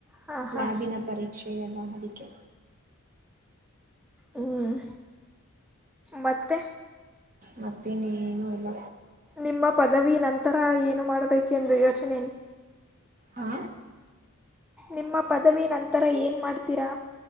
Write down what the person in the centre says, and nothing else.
ಹಾಂ ಹಾಂ
ಹ್ಮ್ ಮತ್ತೆ
ನಿಮ್ಮ ಪದವಿ ನಂತರ ಏನು ಮಾಡಬೇಕೆಂದು ಯೋಚನೆ
ನಿಮ್ಮ ಪದವಿ ನಂತರ ಏನ್ ಮಾಡ್ತೀರಾ